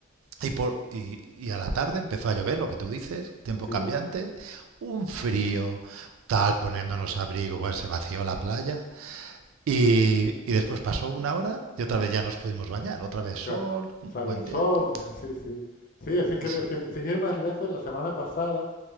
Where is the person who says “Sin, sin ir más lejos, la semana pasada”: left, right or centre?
Left